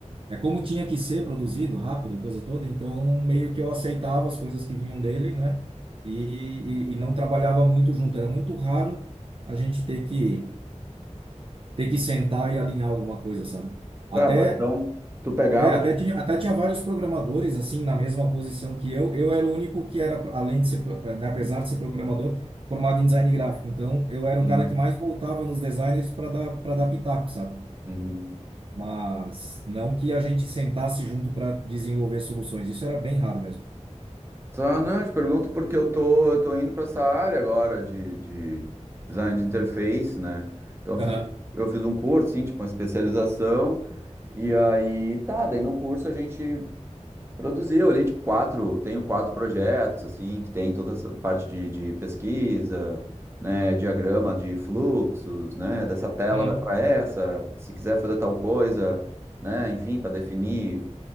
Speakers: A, on the right; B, on the right.
A: É como tinha que ser produzido rápido, coisa toda, então meio que eu aceitava as coisas que vinham dele, né? E, e, e não trabalhava muito junto. Era muito raro a gente ter que ter que sentar e alinhar alguma coisa, sabe? Até
B: Tá, ba- então tu pegava.
A: é, até
B: tipo,
A: tinha, até tinha vários programadores assim na mesma posição que eu. Eu era o único que era além de ser, pro- né, apesar de ser programador, formado em design gráfico. Então eu era
B: Sim.
A: o cara que mais voltava nos designers para dar para dar pitaco, sabe?
B: Uhum.
A: mas não que a gente sentasse junto para desenvolver soluções. Isso era bem raro mesmo.
B: Tá, não, eu te pergunto porque eu tô, eu tô indo para essa área agora de, de design de interface, né? Então eu
A: Aham.
B: fiz, um, eu fiz um curso, sim, tipo uma especialização, e aí tá, daí no curso a gente produziu ali, tipo, quatro, tenho quatro projetos, assim, que tem toda essa parte de, de pesquisa, né, diagrama de fluxos, né, dessa tela
A: Uhum.
B: vai para essa, se quiser fazer tal coisa, né, enfim, para definir